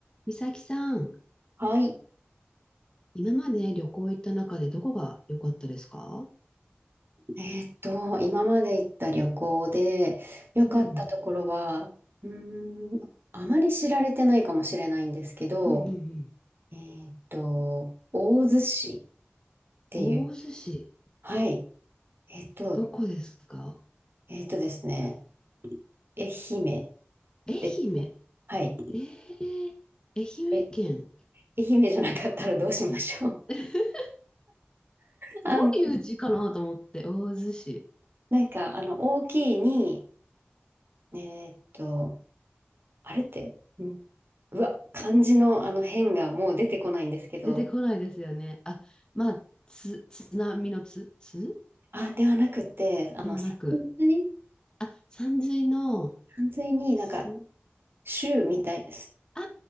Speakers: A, on the left; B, on the right.
A: 美咲さん、
B: はい。
A: 今まで旅行行った中でどこが良かったですか
B: えーっと、今まで行った旅行で良かったところは、
A: うん、
B: うーん、あまり知られてないかもしれないんですけど、
A: うん、うん、うん。
B: えーっと、大洲市っていう、
A: 大洲市、
B: はい。えーっと、
A: どこですか
B: えーっとですね、愛媛
A: 愛媛。
B: ですね。はい。
A: えー、愛媛県。
B: え、愛媛じゃなかったらどうしましょう。
A: <laughs>
B: <laughs> あの、
A: どういう字かなと思って、大洲市。
B: なんか、あの、大きいに、えーっと、あれって、うん、うわ、漢字のあの変がもう出てこないんですけど、
A: 出てこないですよね。あ、まあ、つ、津波のつ、つ
B: あ、ではなくて、あの、
A: ではなく、
B: さんずい、
A: あ、山水の、
B: さんずいになんか、
A: す、
B: 州みたいです。
A: あ